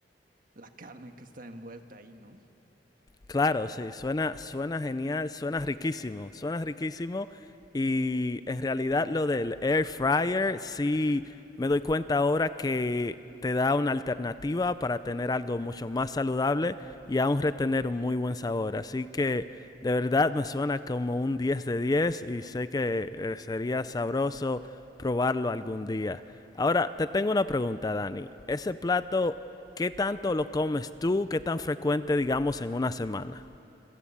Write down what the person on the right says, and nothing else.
la carne que está envuelta ahí, ¿no?